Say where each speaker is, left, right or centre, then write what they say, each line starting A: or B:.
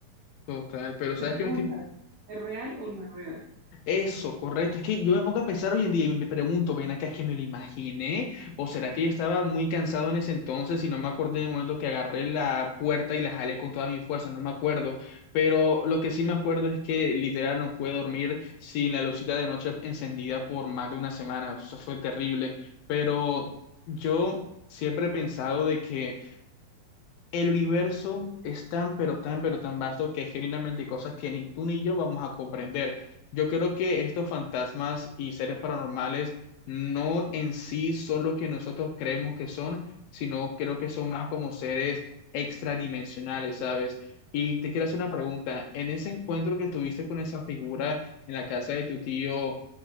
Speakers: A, on the left (about 80°); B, on the right (about 80°).
A: Total, pero ¿sabes
B: Te preguntas,
A: qué me estoy...
B: ¿es real o no es real?
A: Eso, correcto. Es que yo me pongo a pensar hoy en día y me pregunto, ven acá, es que me lo imaginé, o será que yo estaba muy cansado en ese entonces y no me acordé del momento que agarré la puerta y la jalé con toda mi fuerza, no me acuerdo. Pero lo que sí me acuerdo es que literal no pude dormir sin la lucita de noche encendida por más de una semana, eso fue terrible. Pero yo siempre he pensado de que el universo es tan, pero tan, pero tan vasto que genuinamente hay cosas que ni tú ni yo vamos a comprender. Yo creo que estos fantasmas y seres paranormales no en sí son lo que nosotros creemos que son, sino creo que son más como seres extradimensionales, ¿sabes? Y te quiero hacer una pregunta. En ese encuentro que tuviste con esa figura en la casa de tu tío,